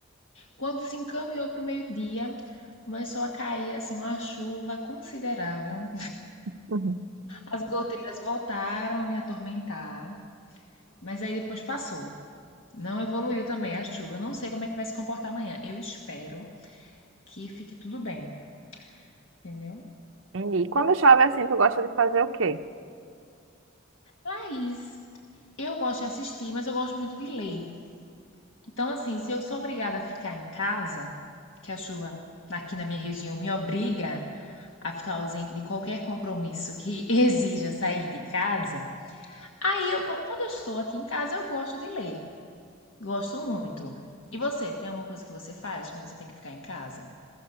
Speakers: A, on the left; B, on the right.
A: Quando se encaminhou pro meio-dia, começou a cair, assim, uma chuva considerável.
B: Uhum.
A: As goteiras voltaram a me atormentar, mas aí depois passou. Não evoluiu também a chuva. Eu não sei como é que vai se comportar amanhã. Eu espero que fique tudo bem, entendeu?
B: Entendi. E quando chove assim, tu gosta de fazer o quê?
A: Laís, eu gosto de assistir, mas eu gosto muito de ler. Então, assim, se eu sou obrigada a ficar em casa, que a chuva aqui na minha região me obriga a ficar ausente de qualquer compromisso que <laughs> exija sair de casa, aí eu, go- quando eu estou aqui em casa, eu gosto de ler. Gosto muito. E você, tem alguma coisa que você faz quando você tem que ficar em casa?